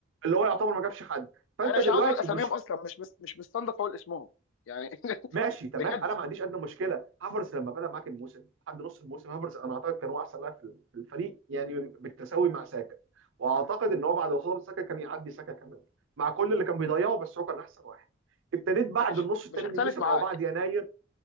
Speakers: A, on the right; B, on the left.
A: اللي هو يعتبر ما جابش حد فانت
B: انا
A: دلوقتي
B: مش عاوز اقول اساميهم
A: مشكله
B: اصلا مش مش مش مستنضف اقول اسمهم يعني <laughs>
A: ماشي تمام
B: بجد
A: انا ما عنديش ادنى مشكله هافرز لما بدا معاك الموسم لحد نص الموسم هافرز انا اعتقد كان هو احسن لاعب في في الفريق يعني بالتساوي مع ساكا واعتقد ان هو بعد وصول ساكا كان يعدي ساكا كمان مع كل اللي كان بيضيعه بس هو كان احسن واحد ابتديت بعد
B: ماشي
A: النص الثاني
B: مش هختلف
A: من الموسم
B: معاك
A: او بعد يناير